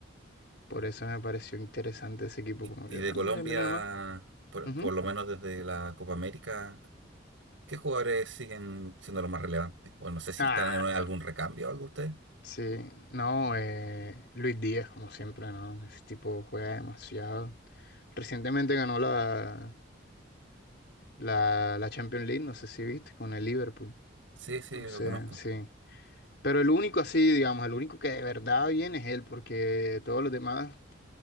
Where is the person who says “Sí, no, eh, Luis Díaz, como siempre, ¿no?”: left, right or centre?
Left